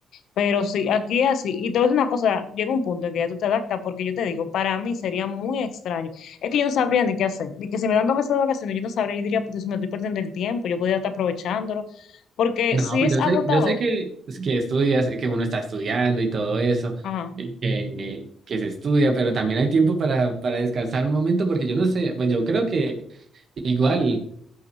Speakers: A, on the left; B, on the right.
A: Pero sí, aquí así, y te voy a decir una cosa, llega un punto en que ya tú te adaptas, porque yo te digo, para mí sería muy extraño, es que yo no sabría ni qué hacer, ni que si me dan dos meses de vacaciones, yo no sabría, yo diría, pues me estoy perdiendo el tiempo, yo podría estar aprovechándolo, porque
B: No,
A: si
B: pues
A: es
B: yo
A: agotador,
B: sé, yo sé que, pues, que estudias, que uno está estudiando y todo eso,
A: ajá.
B: y que, que se estudia, pero también hay tiempo para, para descansar un momento, porque yo no sé, pues yo creo que igual.